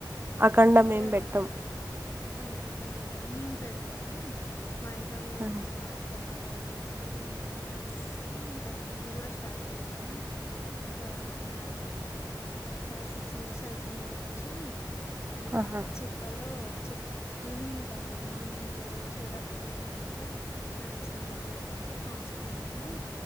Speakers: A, on the right (about 30°); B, on the left (about 35°).
A: అఖండం
B: దేవుడే
A: ఏం పెట్టం.
B: అఖంద దీపం పెట్టాను మేం పెడతాం మా ఇంట్లో కూడా
A: ఆహా!
B: ఉంది మా త్తమ్మ వాళ్ళు చేస్తారు మా అమ్మ వాళ్ళు చేస్తేనే ఇంకా మేము కూడా స్టార్ట్ చేసినాం ఒక నా ఫైవ్ సిక్స్ ఇయర్స్ అయితుంది కావచ్చు ఇంగా
A: ఆహా!
B: చిప్పలో చి ఈవినింగ్ టైమ్ లో మార్నింగ్ శివరాత్రి రోజు అంతా గంగ స్నానం చేసి వచ్చి ఫాస్టింగ్ ఉండి